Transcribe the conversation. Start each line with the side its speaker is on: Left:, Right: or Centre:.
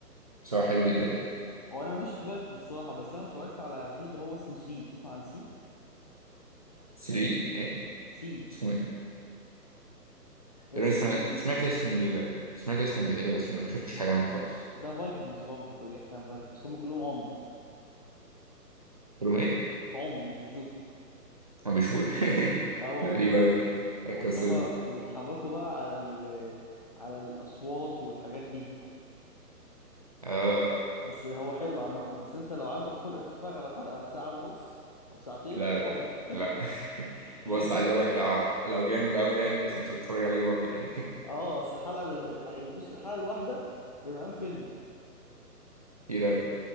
Right: بس هو حلو جدا يعني
Left: هو انا ماليش في فايكنج الصراحه بس انا اتفرجت على في اللي هو اسمه سي تسمع عن سي
Right: 3 إيه
Left: سي
Right: اسمه إيه؟
Left: اس
Right: تقريبا اسمع-
Left: اي اي
Right: سمعت اسم ال... سمعت اسمه قبل كده بس ما شفتش حاجة عنه خالص
Left: ده فايكنجز برضه بيحكي عن فايكنجز بس هم كلهم عمي
Right: قلت
Left: مش
Right: لهم
Left: بيش...
Right: إيه؟
Left: عمي مش بيشوف
Right: ما بيشوفوش <laughs>
Left: اه والله
Right: ده غريب أوي يعني
Left: بس
Right: القصة
Left: هم
Right: دي
Left: بيتحركوا بقى على ال... على الاصوات والحاجات دي
Right: آه
Left: بس هو حلو عامه بس انت لو عندك خلق تتفرج على حلقه ساعه ونص او ساعتين
Right: لا
Left: اتفرج
Right: لا لا <laughs>
Left: <laughs> يعني
Right: بص
Left: انت
Right: عايز أقول لك لو لو جامد أوي يعني بس مش هتفرج عليه برضه يعني
Left: اه اصل الحلقه بن- يعني بص الحلقه الواحده بمقام فيلم
Right: <laughs> كتير أوي